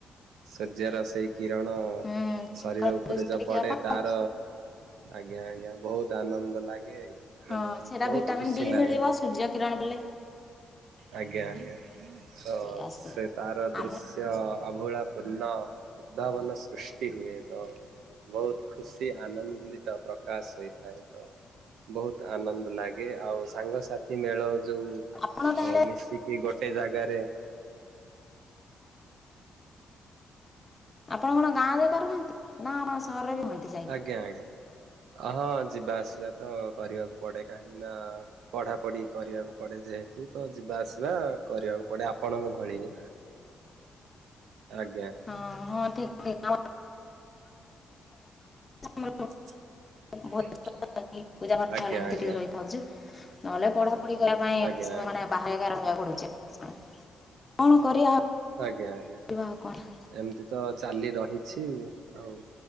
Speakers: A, on the right; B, on the left.
A: ସୂର୍ଯ୍ୟର ସେଇ କିରଣ
B: ହୁଁ
A: ଶରୀର
B: ସକାଳ
A: ଉପରେ
B: ଦୃଶ୍ୟ
A: ଯ
B: ଦେଖିବା
A: ପଡେ
B: ପାଇଁ
A: ତାର ଆଜ୍ଞା ଆଜ୍ଞା ବହୁତ ଆନନ୍ଦ ଲାଗେ। ମାନେ
B: ହଁ ସେଟା
A: ବହୁତ
B: ଭିଟାମିନ୍
A: ଖୁସି
B: ଡି
A: ଲାଗେ
B: ମିଳିବ ସୂର୍ଯ୍ୟ କିରଣ ବେଳେ।
A: ଆଜ୍ଞା ଆଜ୍ଞା ତ
B: ସେଇଆ
A: ସେ
B: ସେଇଆ
A: ତାର ଦୃଶ୍ୟ
B: ଆମ
A: ସେ ଆଭୋଳା ପୂର୍ଣ ଉଦ୍ଧାବନ ସୃଷ୍ଟି ହୁଏତ। ବହୁତ ଖୁସି ଆନନ୍ଦିତ ପ୍ରକାଶ ହୋଇଥାଏ ତ ବହୁତ ଆନନ୍ଦ ଲାଗେ ଆଉ ସାଙ୍ଗସାଥି ମେଳର ଯୋଉ
B: ଆପଣ ତାହେଲେ
A: ଓ ମିଶିକି ଗୋଟେ ଜାଗାରେ
B: ଆପଣ କଣ ଗାଁ ଜାଗା ରୁହନ୍ତି ନା ଆପଣ ସହରରେ ହୁଅନ୍ତି ଯାଇ।
A: ଆଜ୍ଞା ଆଜ୍ଞା ହଁ ଯିବା ଆସିବା ତ କରିବାକୁ ପଡେ କାହିଁକି ନା ପଢା ପଢି କରିବାକୁ ପଡେ ଯେହେତୁ ତ ଯିବା ଆସିବା କରିବାକୁ ପଡେ ଆପଣଙ୍କ ଭଳି ହିଁ। ଆଜ୍ଞା।
B: ହଁ ହଁ ଠିକ ଠିକ୍ <unintelligible>
A: <unintelligible>
B: ଭୋଜି ପୂଜା ପାଠ
A: ଆଜ୍ଞା
B: ହେ ଏମତି
A: ଆଜ୍ଞା
B: ଟିକେ ରହିଥାଉଚୁ ନହେଲେ ପଢା ପଢି କରିବା ପାଇଁ
A: ଆଜ୍ଞା
B: ସମୟ
A: ଆଜ୍ଞା
B: ମାନେ ବାହ ଏକା ରହିବାକୁ ପଡ଼ୁଛି କଣ କରିବା।
A: ଆଜ୍ଞା ଆଜ୍ଞା।
B: ଶିବା ଆଉ କଣ?
A: ଏମିତି ତ ଚାଲି ରହିଛି ଆଉ